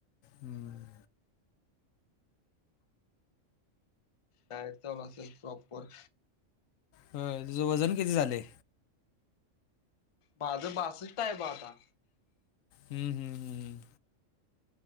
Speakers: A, on the left; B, on the left.
A: हम्म
B: डायट चालू असल प्रॉपर.
A: व्हय तुझं वजन किती झालंय?
B: माझं बासष्ट आहे ब आता.
A: हं हं हं